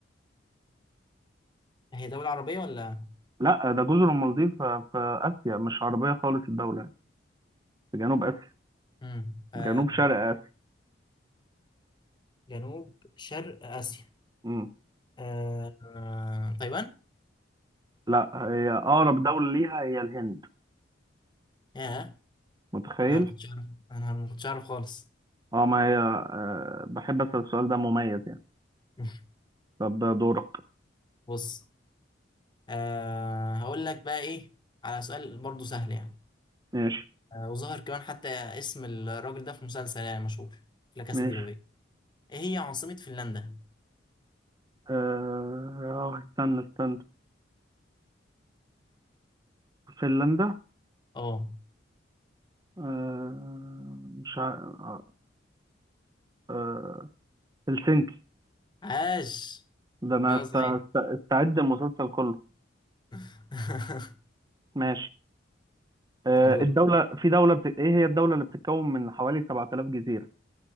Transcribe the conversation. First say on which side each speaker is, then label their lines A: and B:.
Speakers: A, on the left; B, on the right.
A: هي دولة عربية ولا
B: لا ده جزر المالديف في في اسيا مش عربية خالص الدولة يعني. في جنوب اسيا
A: مم. آه
B: جنوب شرق اسيا
A: جنوب شرق اسيا
B: مم.
A: آه آه تايوان
B: لا هي اقرب دولة ليها هي الهند
A: ياه
B: متخيل
A: لا ما كنتش عارف انا ما كنتش عارف خالص
B: اه ما هي أه بحب أسأل السؤال ده مميز يعني
A: <laughs>
B: طب دورك
A: بص أه هقول لك بقى ايه على سؤال برضو سهل يعني
B: ماشي
A: أه وظهر كمان حتى اسم الراجل ده في مسلسل يعني مشهور لا كاسا
B: ماشي
A: دي بابيل ايه هي عاصمة فنلندا
B: اه آه، استنى استنى فنلندا
A: اه
B: آه مش ع... آه آه، هلسنكي
A: عاش
B: ده انا
A: جا
B: است...
A: صحيح
B: است... استعد المسلسل كله
A: <laughs>
B: ماشي آه
A: دور
B: الدولة في دولة بت... ايه هي الدولة اللي بتتكون من حوالي 7000 جزيرة